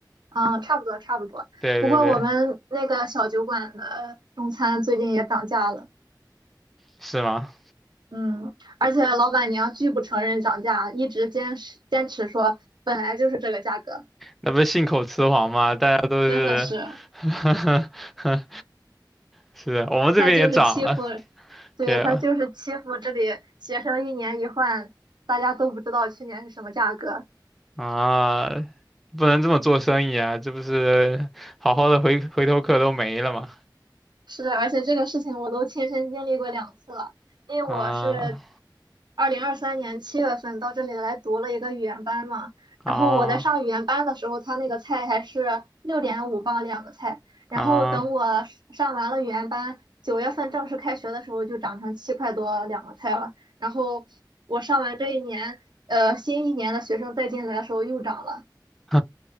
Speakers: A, on the right; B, in the centre.
A: 嗯，差不多差不多。
B: 对对对，
A: 不过我们那个小酒馆的中餐最近也涨价了，
B: 是吗？
A: 嗯，而且老板娘拒不承认涨价，一直坚持坚持说本来就是这个价格，
B: 那不是信口雌黄吗？大家都是，
A: 真的是，
B: <laughs> 是的，我们这边也涨了，
A: 她就是欺负，对，
B: 对
A: 她就是欺负这里学生一年一换，大家都不知道去年是什么价格，
B: 啊，不能这么做生意啊，这不是好好的回回头客都没了吗？
A: 是的，而且这个事情我都亲身经历过两次了，因为我是
B: 啊
A: 二零二三年七月份到这里来读了一个语言班嘛，
B: 啊
A: 然后我在上语言班的时候，他那个菜还是六点五磅两个菜，然后等我上完了语言班，
B: 啊！
A: 九月份正式开学的时候就涨成七块多两个菜了，然后我上完这一年，呃，新一年的学生再进来的时候又涨了，
B: <laughs>